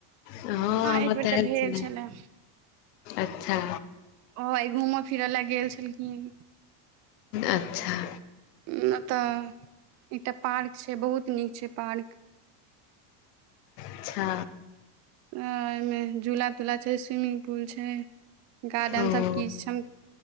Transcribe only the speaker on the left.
हँ हम
अत
एल
छियै,
अच्छा
अच्छा।
अच्छा
ओ
हूँ